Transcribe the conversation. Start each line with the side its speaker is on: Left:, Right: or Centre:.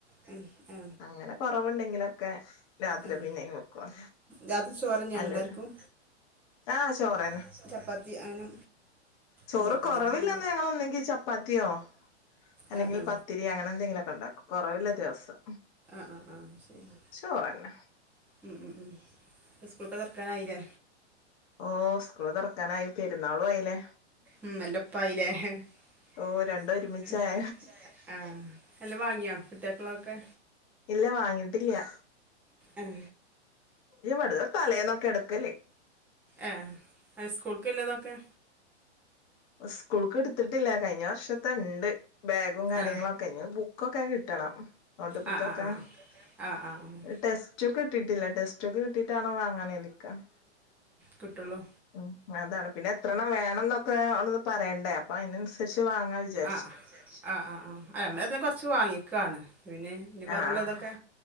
Centre: ആ, ആ
Left: അങ്ങനെ. കൊറവുണ്ടെങ്കിലൊക്കെ. രാത്രി
Centre: ഉം
Left: പിന്നെയും വെക്കും
Centre: രാത്രി ചോറന്നേണോ
Left: അല്ല
Centre: എല്ലാർക്കും.
Left: ആഹ് ചോറ്.
Centre: ആഹ് ചോറന്നേ ചപ്പാത്തി അങ്ങനെ.
Left: ചോറ്
Centre: ഇല്ലേക്കൂലേ
Left: കൊറവില്ലന്ന്
Centre: ഉമ്മാ
Left: ഞങ്ങളൊന്നെങ്കി ചപ്പാത് ത്യോ അല്ലെങ്കിൽ
Centre: ആ ആ
Left: പത്തിരി അങ്ങനെന്തെങ്കിലൊക്കെ ഇണ്ടാക്കും കൊറവില്ല ദിവസം.
Centre: ആഹ് ആഹ് ശെരി.
Left: ചോറെന്നെ.
Centre: ഉം ഉം ഉം. ഇപ്പം സ്കൂളൊക്കെ തൊറ്ക്കാനായി ലേ?
Left: ഓ സ്കൂള് തുറക്കാനായി പെരുന്നാളും ആയില്ലേ
Centre: ഉം എല്ലും ഒപ്പായിലെ. എഹെ. രണ്ടും
Left: ഓ ഒരുമിച്ചായ
Centre: ഒരുമിച്ചായേ. ആഹ് എല്ലും വാങ്ങിയൊ കുട്ട്യേക്ക്ള്ളതൊക്കെ?
Left: ഇല്ല വാങ്ങീട്ടില്ല്യ.
Centre: ആഹ്
Left: ഇല്ല്യ വെട്ന്ന് തലേന്നൊക്കെ ഇട്ക്കല്.
Centre: ഏഹ് ഹൈസ്കൂൾക്കില്ലതൊക്കെ.
Left: സ്കൂൾക്ക് ഇടുത്തിട്ടില്ല കഴിഞ്ഞ വർഷത്തെണ്ട്. ബാഗും കാര്യങ്ങളൊക്കെ
Centre: ആ
Left: ഇഞ്ഞി ബു ക്കൊക്കെ കിട്ടണം നോട്ട് ബുക്കൊക്കെ.
Centre: ആ ആ ആ ആ ആഹ് ആഹ് ആഹ്
Left: ടെസ്റ്റുക്ക് കിട്ടിട്ടില്ല ടെസ്റ്റുക്ക് കിട്ടീട്ടാണം വാങ്ങാന് കര്തിക്കാ.
Centre: കിട്ടൊള്ളോ.
Left: ഉം അതാണ്. പിന്നെ എത്രണ്ണം വേണം ന്നൊക്കെ അവിട്ന്ന് പറയണ്ടേ. അപ്പൊ അയിനനുസരിച്ച് വാങ്ങാ വിചാ
Centre: ആഹ് ആഹ്. ആഹ് ആഹ് അഹ് ഞങ്ങളേതാലും കൊർച്ച് വാങ്ങിക്കാണ്. പിന്നെ ഇനി കൊറവുള്ളതൊക്കെ
Left: ആഹ്